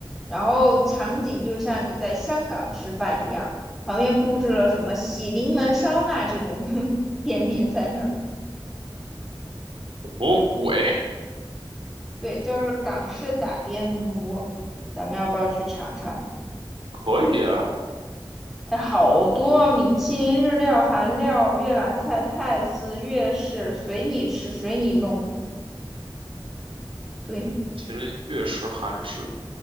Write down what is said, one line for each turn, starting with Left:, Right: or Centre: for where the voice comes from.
Centre: 然后场景就像你在香港吃饭一样，旁边布置了什么喜临门烧腊这种 <laughs> 店面在那儿。
Right: 什么鬼？
Centre: 对，就是港式打边炉，咱们要不要去尝尝？
Right: <laughs> 可以啊，
Centre: 哎，好多米其林、日料、韩料、越南菜、泰式、粤式，随你吃，随你弄。对
Right: 麒麟粤式、韩式、